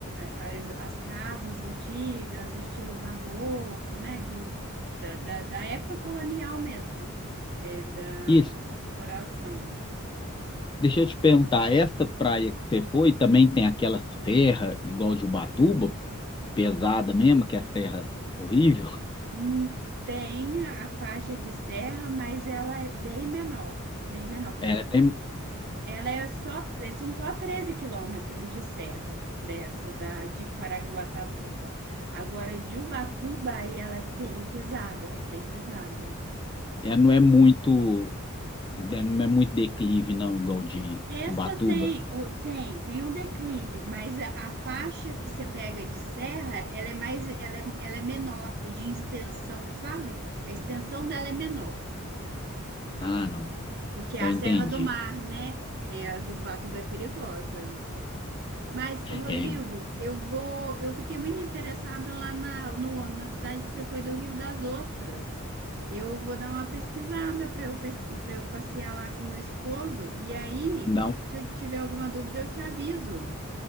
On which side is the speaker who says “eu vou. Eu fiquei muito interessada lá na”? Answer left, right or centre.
Right